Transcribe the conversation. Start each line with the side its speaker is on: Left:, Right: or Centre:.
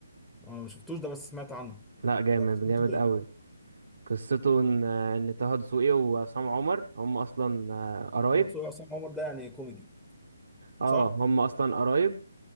Centre: انا ما شفتوش ده بس سمعت عنه
Right: لا جامد
Centre: ده قصته
Right: جامد
Centre: ايه؟
Right: قوي قصته ان آه، ان طه دسوقي وعصام عمر هم اصلا آه، قرايب
Centre: هو تسوق عصام عمر ده يعني كوميدي
Right: اه
Centre: صح؟
Right: هم اصلا قرايب